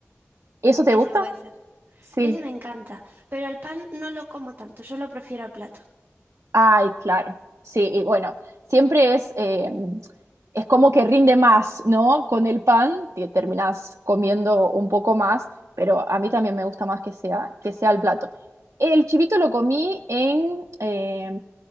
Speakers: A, on the right; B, on the right.
A: ¿Eso te
B: Ese
A: gusta?
B: puede ser.
A: Sí.
B: Ese me encanta, pero al pan no lo como tanto, yo lo prefiero al plato.
A: Ay, claro. Sí, y bueno, siempre es, eh, es como que rinde más, ¿no? Con el pan te terminás comiendo un poco más, pero a mí también me gusta más que sea, que sea el plato. El chivito lo comí en, eh,